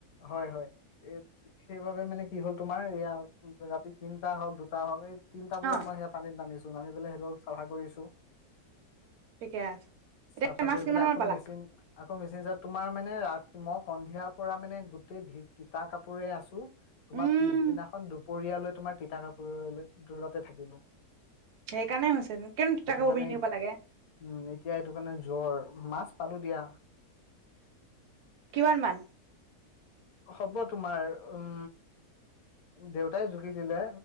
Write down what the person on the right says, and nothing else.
অ
ঠিকে আছে এতিয়া
মাছ
কিমান
মান
পালা
উম
সেইকাৰণে হৈছে কিয়নো তিতা কাপোৰ
পিন্ধি থাকিব লাগে?
কিমানমান?